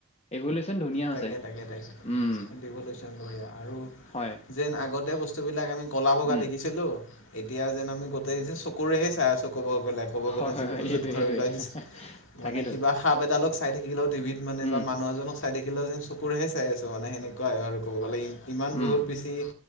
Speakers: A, on the left (about 30°); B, on the left (about 60°).
A: এভোলেছন ধুনীয়া হৈছে।
B: তাকে তাকে তাকে
A: উম,
B: ৰিভলিউচন বঢ়িয়া আৰু
A: হয়।
B: যেন আগতে বস্তুবিলাক আমি ক'লা বগা
A: উম
B: দেখিছিলোঁ। এতিয়া যেন আমি গোটেই যে চকুৰেহে চাই আছো ক'ব গ'লে। ক'ব
A: হয়
B: গ'লে
A: হয়
B: যিবোৰ
A: হয়
B: <unintelligible>
A: এইটোৱে সেইটোৱে তাকেইতো
B: মানে কিবা। সাপ এডালক চাই থাকিলেও টিভিত মানে
A: উম
B: বা মানুহ এজনক চাই থাকিলে যে চকুৰেহে চাই আছো। ত' মানে সেনেকোৱা হয়, আৰু ক'ব গ'লে ইমান
A: উম
B: বহুত বেছি